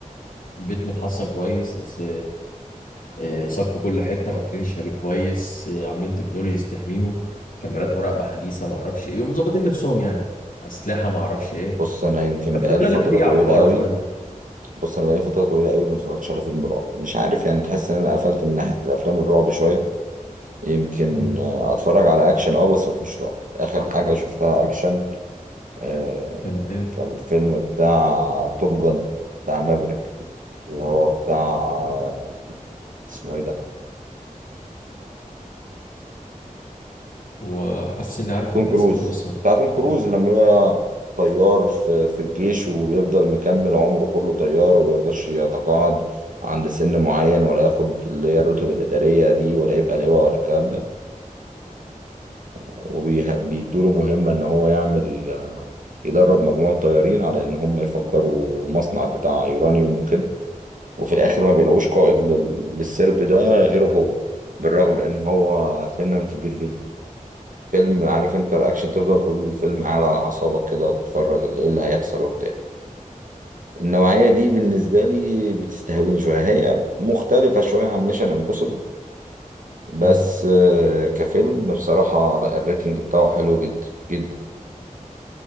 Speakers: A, on the left; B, on the right.
A: بيت متحصن كويس س- آه، سقف في كل حته مقفلين الشبابيك كويس آه، عاملين تكنولوجيز تحميهم كاميرات مراقبه حديثه ما اعرفش ايه بيبقوا مظبطين نفسهم يعني اسلحه ما اعرفش ايه
B: بص انا يمكن بقالي
A: في الغالب
B: فترة
A: بتيجي
B: طويلة
A: على الفقراء
B: قوي
A: شويه
B: بص انا بقالي فترة طويلة قوي ما اتفرجتش على فيلم رعب مش عارف يعني تحس ان انا قفلت من ناحية الافلام الرعب شوية يمكن
A: مم.
B: آه، اتفرج على اكشن اه بس ما فيهوش رعب اخر حاجه شفتها اكشن آه،
A: كانت ايه
B: كان فيلم بتاع توب جن بتاع مافريك اللي هو بتاع آه، اسمه ايه ده
A: وحاسس اني عارف
B: توم
A: الاسم
B: كروز
A: بس ما اتفرجتش
B: بتاع توم كروز
A: عليه
B: لما بقى طيار في في الجيش وبيفضل مكمل عمره كله طيار ومبيرضاش يتقاعد عند سن معين ولا ياخد اللي هي الرتب الإدارية دي ولا يبقى لواء ولا الكلام ده وبيدوا له مهمة إن هو يعمل آه، يدرب مجموعة طيارين على إن هم يفجروا مصنع بتاع يورانيوم وكده وفي الآخر ما بيلاقوش قائد لل- للسرب ده غيره هو بالرغم من إن هو سنا كبير جدا فيلم عارف انت الاكشن تفضل طول الفيلم قاعد على اعصابك كده وتتفرج ال- ايه اللي هيحصل وبتاع النوعية دي بالنسبة لي بتستهويني شوية هي مختلفة شوية عن ميشن امبوسيبل بس
A: امم
B: آه، كفيلم بصراحة لا الريتنج بتاعه حلو جدا جدا